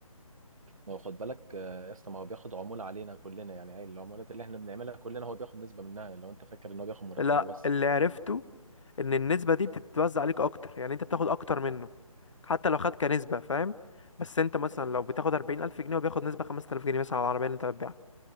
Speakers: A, on the right; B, on the left.
A: هو خد بالك آه، يا اسطى ما هو بياخد عموله علينا كلنا يعني أي العمولات اللي احنا بنعملها كلنا هو بياخد نسبه منها لو انت فاكر ان هو بياخد مرتبه
B: لا
A: بس
B: اللي عرفته ان النسبة دي بتتوزع عليك اكتر يعني انت بتاخد اكتر منه حتى لو خد كنسبة فاهم بس انت مثلا لو بتاخد 40 الف جنيه وبياخد نسبة 5000 جنيه مثلا على العربية اللي انت بتبيعها